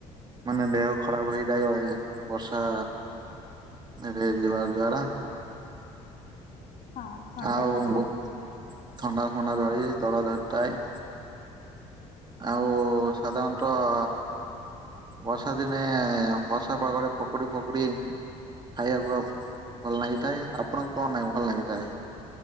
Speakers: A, on the right; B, on the left.
A: ମାନେ ଦେହ ଖରାପ ହେଇଥାଏ ବର୍ଷା ରେ ଯିବା ଦ୍ଵାରା।
B: ହଁ ଥଣ୍ଡା
A: ଆଉ
B: ହୁଏ।
A: ବୁ ଥଣ୍ଡା ଫଣ୍ଡା ଧରି ଜଳ ଧରିଥାଏ। ଆଉ ସାଧାରଣତଃ ବର୍ଷା ଦିନେ ବର୍ଷା ପାଗରେ ପକୁଡି ଫକୁଡ଼ି ଖାଇବାକୁ ଭଲ ଲାଗିଥାଏ ଆପଣଙ୍କୁ କଣ ନା ଭଲ ଲାଗିଥାଏ?